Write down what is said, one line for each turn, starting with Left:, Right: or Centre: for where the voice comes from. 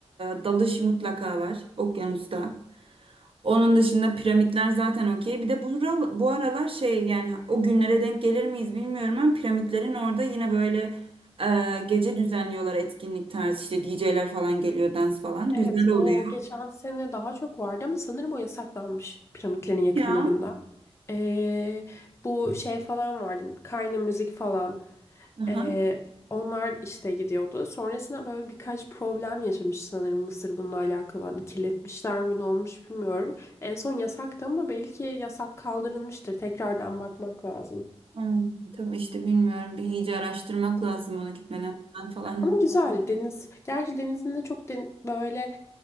Right: e, dalış mutlaka var okyanusta. Onun dışında piramitler zaten okey. Bir de bu, ra- bu aralar şey yani o günlere denk gelir miyiz bilmiyorum ama piramitlerin orada yine böyle e, gece düzenliyorlar etkinlik tarzı işte DJ'ler falan geliyor dans falan.
Left: Evet,
Right: Güzel oluyor
Left: o geçen sene daha çok vardı ama sanırım o yasaklanmış piramitlerin yakınlarında.
Right: ya.
Left: Ee, bu şey falan vardı, Kayna müzik falan.
Right: Aha.
Left: Ee, onlar işte gidiyordu. Sonrasında böyle birkaç problem yaşamış sanırım Mısır bununla alakalı. Hani kirletmişler mi ne olmuş bilmiyorum. En son yasaktı ama belki yasak kaldırılmıştır. Tekrardan bakmak lazım.
Right: Hmm, tabii işte bilmiyorum bir iyice araştırmak lazım onu gitmeden falan. falan.
Left: Ama güzel deniz. Gerçi denizin de çok den- böyle